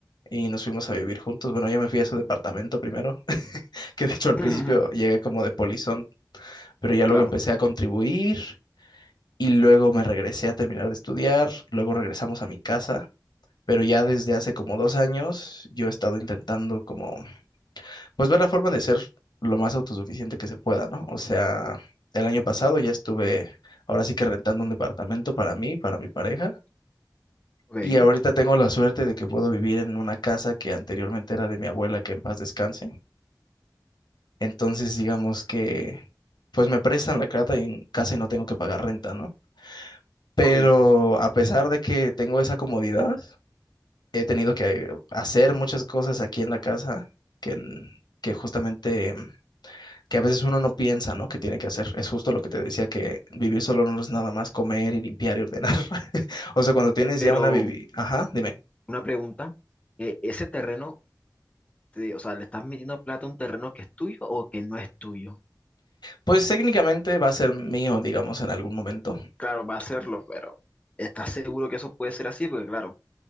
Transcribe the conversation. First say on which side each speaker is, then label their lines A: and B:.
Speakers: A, on the left; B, on the left.
A: y nos fuimos a vivir juntos. Bueno, yo me fui a su departamento primero, <laughs> que de hecho al
B: <laughs>
A: principio llegué como de polizón, pero ya
B: claro,
A: luego empecé a contribuir y luego me regresé a terminar de estudiar, luego regresamos a mi casa. Pero ya desde hace como dos años yo he estado intentando como, pues ver la forma de ser lo más autosuficiente que se pueda, ¿no? O sea, el año pasado ya estuve, ahora sí que rentando un departamento para mí, para mi pareja.
B: ok,
A: Y ahorita tengo la suerte de que puedo vivir en una casa que anteriormente era de mi abuela, que en paz descanse. Entonces, digamos que, pues me prestan la casa y, casa y no tengo que pagar renta, ¿no? Pero
B: ok.
A: a pesar de que tengo esa comodidad, he tenido que hacer muchas cosas aquí en la casa que, n- que justamente, mm, que a veces uno no piensa, ¿no? Que tiene que hacer. Es justo lo que te decía, que vivir solo no es nada más comer y limpiar y ordenar. <laughs> O sea, cuando tienes
B: Pero
A: ya una vivi... Ajá, dime.
B: una pregunta, eh, ¿ese terreno, te- o sea, le estás metiendo plata a un terreno que es tuyo o que no es tuyo?
A: Pues técnicamente va a ser mío, digamos, en algún momento.
B: Claro, va a serlo, pero ¿estás seguro que eso puede ser así? Porque claro,